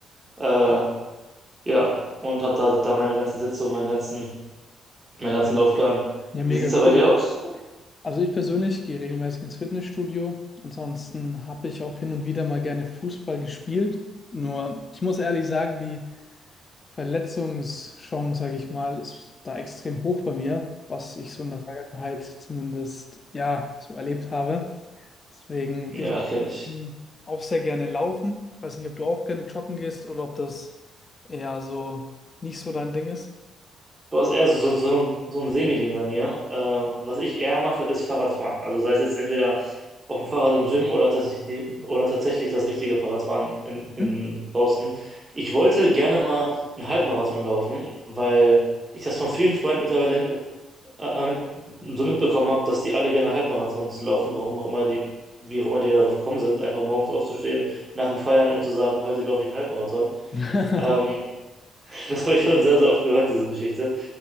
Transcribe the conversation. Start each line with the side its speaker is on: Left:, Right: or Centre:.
Right: Äh, ja, und habe da, da meine ganzen Sätze und meinen ganzen, meinen ganzen Laufplan.
Left: Ja,
Right: Wie
Left: mega
Right: sieht's da bei
Left: cool.
Right: dir aus?
Left: Also ich persönlich gehe regelmäßig ins Fitnessstudio. Ansonsten habe ich auch hin und wieder mal gerne Fußball gespielt. Nur, ich muss ehrlich sagen, die Verletzungschance, sage ich mal, ist da extrem hoch bei mir, was ich so in der Vergangenheit zumindest ja so erlebt habe. Deswegen
Right: Ja,
Left: gehe ich
Right: kenne ich.
Left: hm, auch sehr gerne laufen. Ich weiß nicht, ob du auch gerne joggen gehst oder ob das eher so nicht so dein Ding ist.
Right: Boah, ist eher so, so, so ein so ein Semi-Ding bei mir. Ähm, was ich eher mache, ist Fahrradfahren. Also sei es jetzt entweder auf dem Fahrrad im Gym oder tatsächlich, oder tatsächlich das richtige Fahrradfahren in, in
Left: Mhm.
Right: draußen. Ich wollte gerne mal einen Halbmarathon laufen, weil ich das von vielen Freunden mittlerweile hin, äh, äh, so mitbekommen habe, dass die alle gerne Halbmarathons laufen, warum auch immer die, wie auch immer die darauf gekommen sind, einfach morgens aufzustehen, nach dem Feiern und zu sagen, heute laufe ich einen Halbmarathon.
Left: <laughs>
Right: Ähm, das habe ich schon sehr, sehr oft gehört, diese Geschichte.